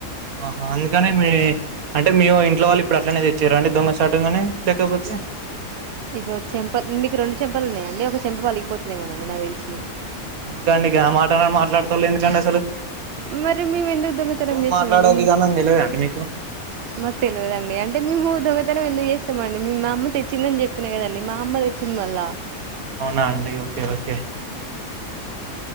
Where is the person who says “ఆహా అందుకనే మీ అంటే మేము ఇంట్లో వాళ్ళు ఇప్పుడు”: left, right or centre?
Right